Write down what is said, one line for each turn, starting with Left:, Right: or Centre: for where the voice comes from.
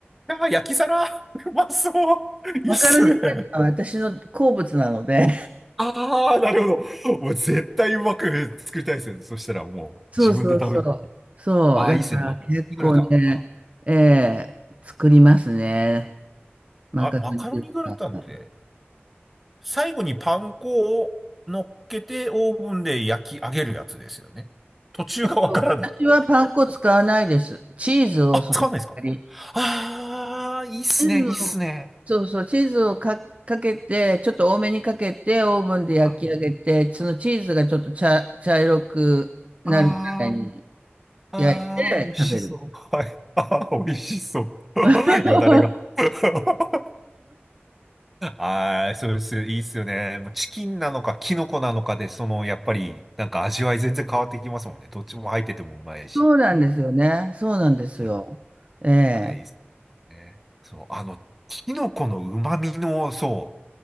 Centre: ああ、焼き皿 <laughs> うまそういいっすね。
Right: マカロニグラタンは私の好物なので、
Centre: ああ、なるほど。もう絶対うまく作りたいですね。そしたらもう自分で食べる。
Right: そうそうそう。そう、
Centre: ああ、
Right: だから結構ね、
Centre: いいっすね。マカロニグラタン。あ、
Right: えー作りますね。マカロニグラタン。
Centre: あマカロニグラタンって最後にパン粉を乗っけてオーブンで焼き上げるやつですよね。途中がわからない。
Right: えっと、私はパン粉使わないです。チーズをその代わり。
Centre: あ、使わないですかああー、いいっすね。
Right: チーズを、
Centre: いいっすね。
Right: そうそう、チーズをか、かけて、ちょっと多めにかけて、オーブンで焼き上げて、
Centre: あ
Right: そのチーズがちょっと茶、茶色くなるぐらいに
Centre: あー、あー、
Right: 焼いて食べる。
Centre: 美味しそう。はい。ああ、美味しそう。
Right: <laughs>
Centre: <laughs> よだれが。<laughs> <laughs> ああ、そうです。いいっすよね。もうチキンなのか、キノコなのかで、その、やっぱり、なんか味わい全然変わってきますもんね。どっちも入っててもうまいし。
Right: そうなんですよね。そうなんですよ。
Centre: うん
Right: ええ。
Centre: まあいいっすね。そう、あの、キノコの旨味の、そ